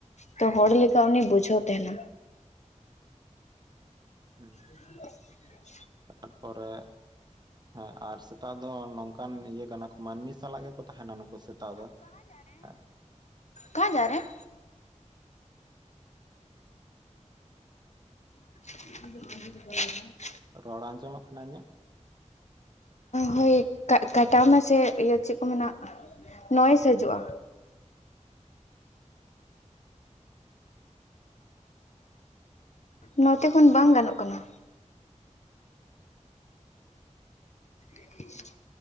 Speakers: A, on the left; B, on the right.
A: ᱛᱚ ᱦᱚᱲ ᱞᱮᱠᱟ ᱩᱱᱤ ᱵᱩᱡᱷᱟᱹᱣ ᱛᱟᱦᱮᱱᱟ᱾
B: ᱦᱮᱸ
A: <unintelligible>
B: ᱛᱟᱨᱯᱚᱨᱮ <inaudible> ᱦᱮᱸ ᱟᱨ ᱥᱮᱛᱟᱜ ᱫᱚ ᱱᱚᱝᱠᱟᱱ ᱤᱭᱟᱹ ᱠᱟᱱᱟ ᱠᱚ ᱢᱟᱹᱱᱢᱤ ᱥᱟᱞᱟᱜ ᱜᱮᱠᱚ ᱛᱟᱦᱮᱱᱟ ᱱᱩᱠᱩ ᱥᱮᱛᱟ ᱫᱚ <unintelligible>
A: ᱠᱟ ᱡᱟᱨᱮ <unintelligible> <unintelligible>
B: ᱨᱚᱲ ᱟᱸᱡᱚᱢᱚᱜ ᱠᱟᱱᱟ ᱤᱧᱟᱜ
A: ᱦᱳᱭ ᱠᱟ ᱠᱟᱴᱟᱣ ᱢᱮᱥᱮ ᱤᱭᱟᱹ ᱪᱮᱫ ᱠᱚ ᱢᱮᱱᱟ ᱱᱚᱭᱮᱥ ᱦᱤᱡᱩᱜ-ᱟ ᱱᱚᱛᱮ ᱠᱷᱚᱱ ᱵᱟᱝ ᱜᱟᱱᱚᱜ ᱠᱟᱱᱟ <unintelligible>